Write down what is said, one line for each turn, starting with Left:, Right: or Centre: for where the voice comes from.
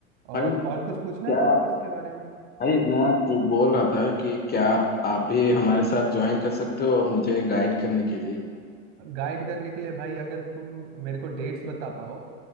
Right: और
Left: भाई
Right: और कुछ पूछना
Left: क्या
Right: है तुमको इसके बारे में
Left: भाई मैं पू- बोल रहा था कि क्या आप, आप भी हमारे साथ ज्वाइन कर सकते हो मुझे गाइड करने के लिए
Right: गाइड करने के लिए भाई अगर तुम मेरे को डेट्स बता पाओ